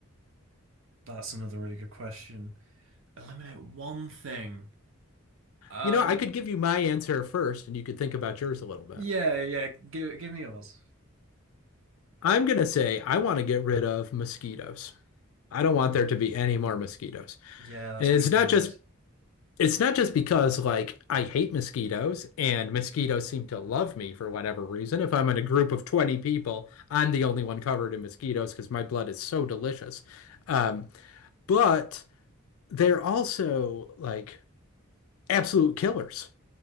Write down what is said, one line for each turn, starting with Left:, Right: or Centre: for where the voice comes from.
Right: that's another really good question eliminate one thing um
Left: You know, I could give you my answer first, and you could think about yours a little bit.
Right: yeah yeah yeah, give give me yours
Left: I'm gonna say I want to get rid of mosquitoes. I don't want there to be any more mosquitoes.
Right: yeah that's
Left: And it's
Right: really good
Left: not just It's not just because like I hate mosquitoes and mosquitoes seem to love me for whatever reason. If I'm in a group of 20 people, I'm the only one covered in mosquitoes because my blood is so delicious. Um, but they're also like absolute killers.